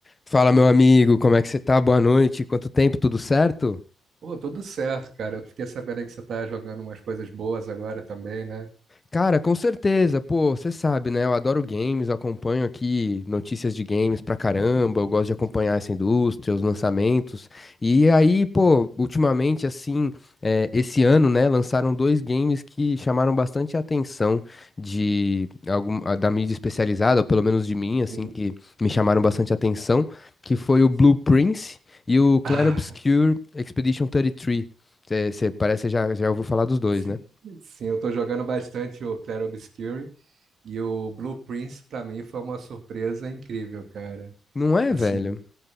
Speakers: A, on the left; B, on the right.
A: Fala, meu amigo, como é que você tá? Boa noite. Quanto tempo, tudo certo?
B: Pô, tudo certo, cara. Eu fiquei sabendo que você tá jogando umas coisas boas agora também, né?
A: Cara, com certeza. Pô, você sabe, né? Eu adoro games, eu acompanho aqui notícias de games pra caramba, eu gosto de acompanhar essa indústria, os lançamentos. E aí, pô, ultimamente, assim, é, esse ano, né, lançaram dois games que chamaram bastante a atenção de algum, a- da mídia especializada, ou pelo menos de mim,
B: Sim.
A: assim, que
B: <laughs>
A: me chamaram bastante a atenção, que foi o Blue Prince e o Clair
B: Ah,
A: Obscur Expedition 33. Você parece que já, já ouviu falar dos dois,
B: sim,
A: né?
B: sim, eu tô jogando bastante o Clair Obscur e o Blue Prince pra mim foi uma surpresa incrível, cara.
A: Não é,
B: Assim,
A: velho?